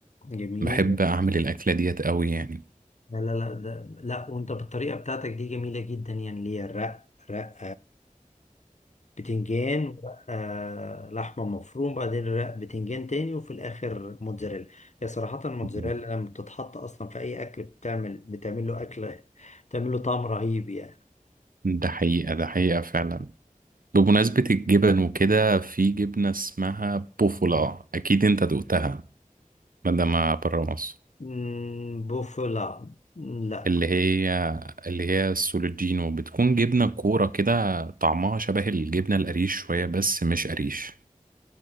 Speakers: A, on the left; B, on the right.
A: جميل
B: بحب أعمل الأكلة ديت قوي يعني
A: لا لا لا ده لا وانت بالطريقة بتاعتك دي جميلة جدا يعني اللي هي الرق رق بتنجان ورقة لحمة مفروم بعدين رق بتنجان تاني وفي الآخر موتزاريلا هي صراحة الموتزاريلا
B: مم.
A: لما بتتحط أصلا في أي أكل بتعمل بتعمل له أكلة بتعمل له طعم رهيب يعني
B: ده حقيقة ده حقيقة فعلا بمناسبة الجبن وكده في جبنة اسمها بوفولا أكيد أنت دقتها مادام برا مصر
A: مم، بوفلا لا لا.
B: اللي هي اللي هي السولوجينو بتكون جبنة كورة كده طعمها شبه الجبنة القريش شوية بس مش قريش